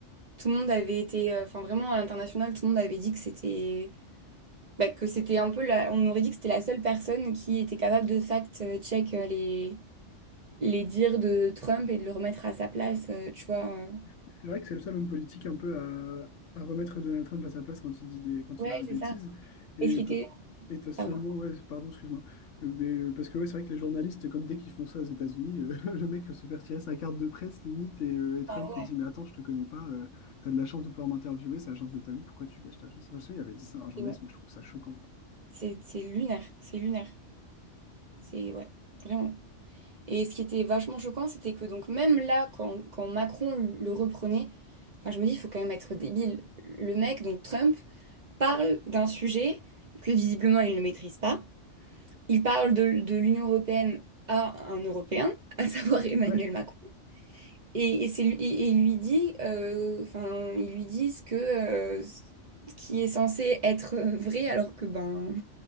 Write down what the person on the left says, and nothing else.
C'est vrai que c'est le seul homme politique un peu à, à remettre Donald Trump à sa place quand il dit des, quand
il dit des bêtises.
Et,
peut-
et t'as seulement,
ouais, pardon, excuse-moi. Euh, Mais, euh, parce que ouais, c'est vrai que les journalistes, comme dès qu'ils font ça aux États-Unis, euh, <laughs> le mec se fait retirer sa carte de presse limite et, euh, et Trump
lui dit, Mais attends, je te connais pas, euh, t'as de la chance de pouvoir m'interviewer, c'est la chance de ta vie, pourquoi tu gâches ta chance? Je me souviens, il avait dit ça à un journaliste,
mais je trouve ça choquant, quoi.
Ouais.